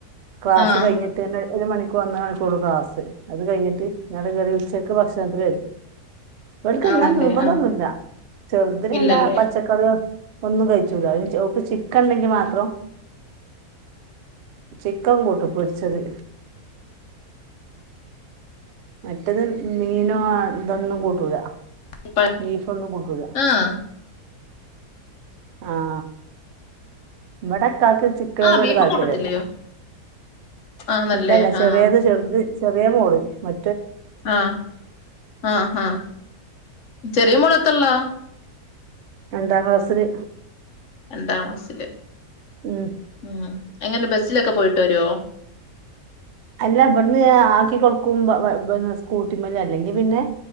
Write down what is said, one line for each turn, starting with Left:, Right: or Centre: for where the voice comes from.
Right: ക്ലാസ്
Left: ആഹ്
Right: കഴിഞ്ഞിട്ട് ഒരു മണി ക്ക് വന്ന മണിക്കൂടു ക്ലസ് അത് കഴിഞ്ഞിട്ട് നിട കയറി ഉച്ചക്ക് ഭക്ഷണത്തി വരും ഇൾക്ക് ഇന്നാ
Left: ആണല്ലേ
Right: നിർബന്ധൊന്നുമില്ല
Left: ആഹ്
Right: ചെറുതിരന്ന
Left: ഇല്ലല്ലേ
Right: പച്ചക്കറിയോ ഒന്നും കഴിച്ചൂല അ ചക്ക് ചിക്കൻണ്ടെങ്കി മാത്രം ചിക്കൻ കൂട്ട് പൊടിച്ചത് മറ്റത് മീനോ അതൊന്നും കൂട്ടൂല
Left: ഇപ്പ
Right: ബീഫ ഒന്നും കൂട്ടൂല
Left: ആഹ്
Right: ആഹ ഇവിടെ കക്ക് ചിക്കനോട്
Left: ആഹ് ബീഫും
Right: വ താല്പര്യല്ല
Left: കൂട്ടത്തില്ലയോ ആന്നല്ലേ
Right: ഇല്ലല്ല ചെറിയത്
Left: ആഹ്
Right: ചെറുത് ചെറിയ മോള് മ
Left: ആഹ ആഹ ആഹ ചെറിയ മുളത്തല്ലാ
Right: രണ്ടാം ക്ലാസ്സില്
Left: രണ്ടാം ക്ലാസില്
Right: ഉം
Left: ഉം എങ്ങനെ ബസിലൊക്കെ പോയിട്ട് വരുവോ
Right: അല്ല എവിടുന്ന് ആക്കി കൊടുക്കുംപ സ്കൂട്ടിമാര് അല്ലെങ്കിൽ പിന്നെ